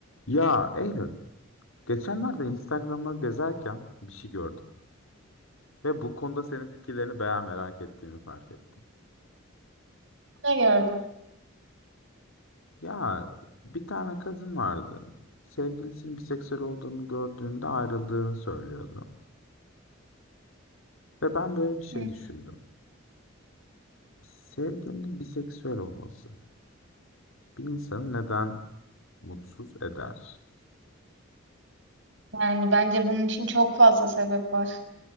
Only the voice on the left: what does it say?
Ya Eylül, geçenlerde Instagram'ı gezerken bir şey gördüm ve bu konuda senin fikirlerini bayağı merak ettiğimi fark ettim.
Ya bir tane kadın vardı. Sevgilisinin biseksüel olduğunu gördüğünde ayrıldığını söylüyordu. Ve ben böyle bir şey
düşündüm. Sevgilinin biseksüel olması bir insanı neden mutsuz eder?